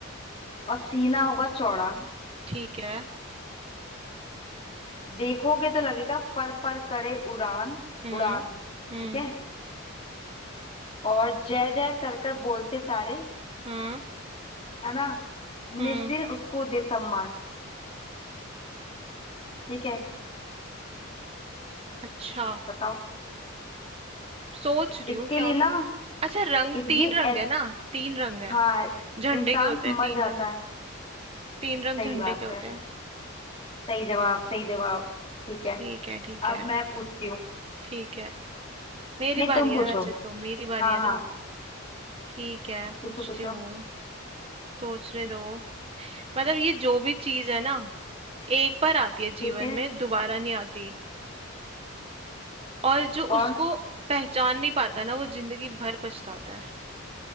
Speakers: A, on the left; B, on the right.
A: और सीना होगा चौड़ा
B: ठीक है
A: देखोगे तो लगेगा फर फर करे उड़ान
B: हम्म
A: उड़ान
B: हम्म
A: ठीक है और जय जय कर कर बोलते सारे
B: हम्म
A: है ना
B: हम्म
A: निस्दिन उसको दे सम्मान ठीक है
B: अच्छा
A: बताओ
B: सोच रही
A: इसके
B: हूँ क्या
A: लिए
B: होता
A: ना
B: है अच्छा रंग
A: इस
B: तीन
A: ये
B: रंग
A: एस
B: है ना तीन रंग है
A: हाँ
B: झंडे
A: इंसान
B: के होते हैं
A: मर
B: तीन
A: जाता
B: रंग
A: है
B: तीन रंग
A: सही
B: झंडे
A: बात
B: के होते
A: है
B: हैं
A: सही जवाब सही जवाब ठीक है
B: ठीक है ठीक
A: अब
B: है
A: मैं पूछती हूँ
B: ठीक है मेरी
A: नहीं
B: बारी
A: तुम
B: है
A: पूछो
B: वैसे तो मेरी बारी
A: हाँ
B: है
A: हाँ
B: ना ठीक है पूछती
A: पूछो पूछो
B: हूँ सोचने दो मतलब ये जो भी चीज है ना एक बार आती है
A: ठीक
B: जीवन
A: है
B: में दोबारा नहीं आती और जो
A: और
B: उसको पहचान नहीं पाता ना वो जिंदगी भर पछताता है